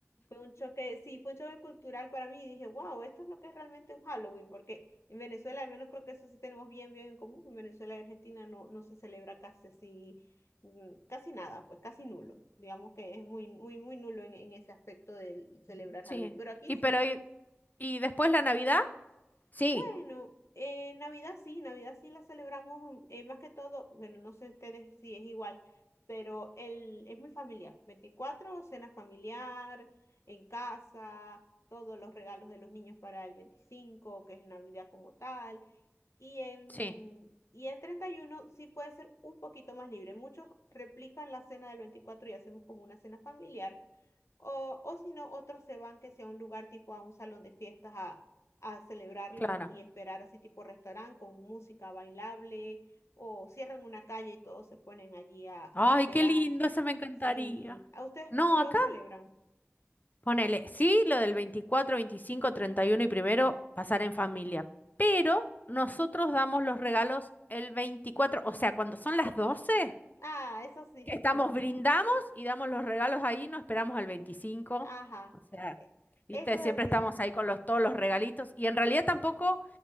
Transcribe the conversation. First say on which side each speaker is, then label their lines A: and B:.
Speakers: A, on the left (about 70°); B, on the left (about 35°).
A: Fue un choque, sí, fue un choque cultural para mí y dije, wow, esto es lo que es realmente un Halloween, porque en Venezuela al menos creo que eso sí tenemos bien, bien en común. En Venezuela y Argentina no, no se celebra casi así, mm, casi nada, pues casi nulo. Digamos que es muy, muy, muy nulo en, en ese aspecto de celebrar
B: Sí.
A: Halloween, pero aquí
B: Y
A: sí.
B: pero y, y después la Navidad? Sí,
A: Bueno, eh, Navidad sí, Navidad sí la celebramos mm, eh, más que todo, bueno, no sé ustedes si es igual, pero el, es muy familiar. veinticuatro cena familiar, en casa, todos los regalos de los niños para el 25 que es Navidad como tal. Y, en,
B: sí,
A: y el 31 sí puede ser un poquito más libre. Muchos replican la cena del 24 y hacemos como una cena familiar o, o si no, otros se van que sea un lugar tipo a un salón de fiestas a, a celebrarlo
B: claro.
A: y, y esperar así tipo restaurante con música bailable o cierran una calle y todos se ponen allí a,
B: Ay,
A: a esperar.
B: qué lindo, eso me encantaría.
A: Sí, ¿a ustedes
B: No,
A: cómo lo
B: acá
A: celebran?
B: ponele, sí, lo del veinticuatro, veinticinco, treinta y uno y primero pasar en familia, pero nosotros damos los regalos el 24, o sea, cuando son las 12.
A: Ah, eso sí,
B: que
A: sí,
B: estamos,
A: sí.
B: brindamos y damos los regalos ahí, no esperamos al 25.
A: Ajá.
B: O sea,
A: E-
B: viste,
A: Eso es
B: siempre
A: así.
B: estamos ahí con los, todos los regalitos y en realidad tampoco